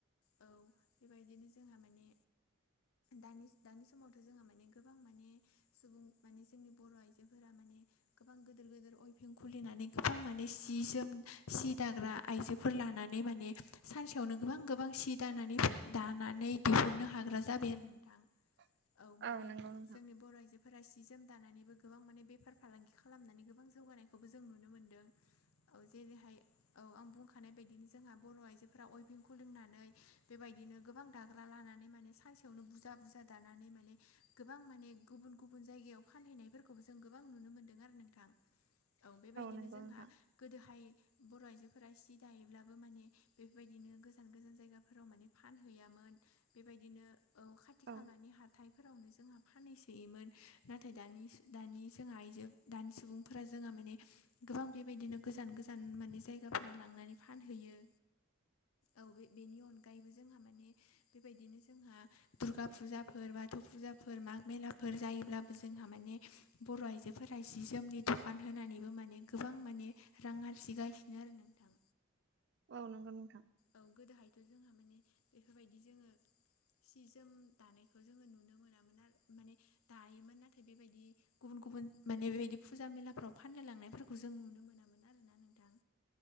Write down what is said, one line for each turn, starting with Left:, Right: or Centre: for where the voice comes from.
Left: औ बेबायदिनो जोंहा माने दानि दानि समावथ' जोङा माने गोबां माने सुबुं माने जोंनि बर' आइजोफोरा माने गोबां गोदोर गोदोर अइफिं खुलिनानै गोबां माने सि जोम सि दाग्रा आइजोफोर लानानै माने सानसेयावनो गोबां गोबां सि दानानै दानानै बिहुननो हाग्रा जाबाय आरो नोंथां।
Right: <inaudible>
Left: औ माने
Right: नंगौ नोंथां
Left: जोंनि बर' आइजोफोरा सि जोम दानानैबो गोबां माने बेफार फालांगि खालामनानै गो गोबां जौगानायखौबो जों नुनो मोन्दों औ जेरैहाय औ आं बुंखानाय बायदिनो जोंहा बर' आइजोफोरा अयभिंखौ खुलुंनानै बेबायदिनो गोबां दाग्रा लानानै माने सानसेयावनो बुरजा बुरजा दानानै माने गोबां माने गुबुन गुबुन जायगायाव फानहैनायफोरखौबो जों गोबां नुनो मोनदों आरो नोंथां। औ बेबायदिनो
Right: नंगौ
Left: जोंहा
Right: नोंथां
Left: गोदोहाय बर' आइजोफोरा सि दायोब्लाबो माने बेफोरबायदिनो गोजान गोजान जायगाफोराव माने फानहैयामोन। बेबायदिनो औ खाथि खालानि
Right: औ
Left: हाथायफोरावनो जोंहा फानहैसोयोमोन नाथाय दानि दानि जोंहा आइजो दानि सुबुंफोरा जोङा माने गोबां बेबायदिनो गोजान गोजान माने जायगाफोराव लांनानै फानहैयो।
Right: <inaudible>
Left: औ बे बेनि अन गायैबो जोंहा माने बेबायदिनो जोंहा दुर्गा फुजाफोर बाथौ फुजाफोर माग मेलाफोर जायोब्लाबो जोंहा माने बर' आइजोफोरा जि जोमनि दखान होनानैबो माने गोबां माने रां आरजिगासिनो आरो नोंथां।
Right: औ नंगो नोंथां।
Left: औ गोदोहायथ' जोंहा माने बेफोरबायदि जोङो सि जोम दानायखौ जोङो नुनो मोनामोन आरो माने दायोमोन नाथाय बे बायदि गुबुन गुबुन माने बेबायदि फुजा मेलाफ्राव फाननो लांनायफोरखौ जों नुनो मोनामोन आरोना नोंथां